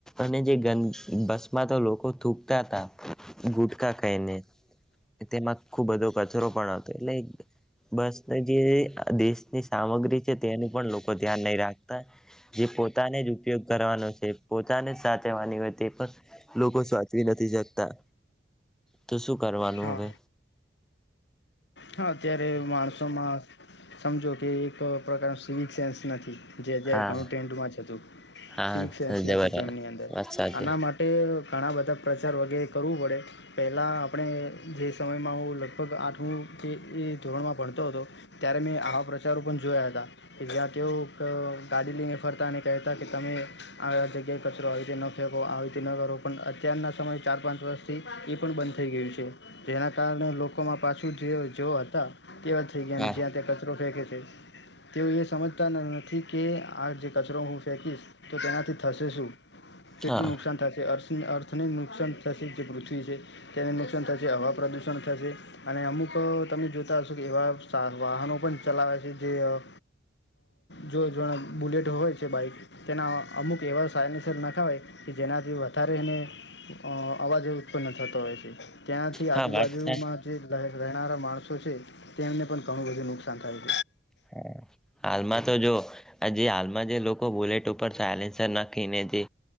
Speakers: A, in the centre; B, on the left.
A: અને જે ગં બસ માં તો લોકો થૂકતા હતા. ગુટકા ખાઈને. તેમાં ખુબ બધો કચરો પણ હતો એટલે બસ જે અ દેશની સામગ્રી છે તેનું પણ લોકો ધ્યાન નહી રાખતા જે પોતાને જ ઉપયોગ કરવાનો છે પોતાને જ સાચવાની તે પણ લોકો સાચવી નથી જતા તો શું કરવાનું.
B: હા
A: ને
B: હા અત્યારે માણસોમાં સમજો કે એક પ્રકાસ વિચાસ નથી. જે અત્યારે
A: હા
B: ઘણું ટ્રેન્ડમાં જતું
A: હા
B: સિનસેન્સ
A: જબર
B: નથી તેમની અંદર
A: વાત સાચી
B: આના માટે ઘણા બધા પ્રચાર વગેર કરવું પડે પહેલાં આપણે જે સમયમાં હું લગભગ આઠ <unintelligible> કે એ ધોરણમાં ભણતો હતો. ત્યારે મેં આવા પ્રચારો પણ જોયા હતા કે જ્યાં તેઓ ક ગાડી લઈને ફરતા અને કહેતા કે તમે આ જગ્યાએ કચરો આવી રીતે ન ફેંકો આવી રીતે ન કરો પણ અત્યારના સમય ચાર પાંચ વર્ષથી એ પણ બંધ થઈ ગયું છે જેના કારણે લોકોમાં પાછું તેવો જો હતા. તેવા થઈ ગયા
A: હા
B: અને જ્યાં ત્યાં કચરો ફેંકે છે તેવું એ સમજતા ના થી કે આ જે કચરો હું ફેંકીશ તો તેનાથી થશે શું કેટલું
A: હા
B: નુકસાન થશે <unintelligible> અર્થ ની નુકસાન <unintelligible> પૃથ્વી જે તેને નુકસાન થશે હવા પ્રદુષણ <unintelligible> થશે અને અમુક તો તમે જોતા હશો કે એવા સા વાહનો પણ ચલાવે છે જે અ જો જો બુલેટ હોય છે બાઈક તેના અમુક એવા <unintelligible> <unintelligible> ના ખા હોય કે જેનાથી વધારે એને અ આવાજ ઉત્પન્ન થતો હો છે. ત્યાંથી આજુબાજુમાં
A: હા વાત સાચ
B: જે લહે રહેનારા માણસો છે તેમને પણ ઘણું બધું નુકસાન થાયું.
A: હમ. હાલમાં તો જો આ જે હાલમાં જે લોકો બુલેટ ઉપર સાયલેન્સર નાખીને જે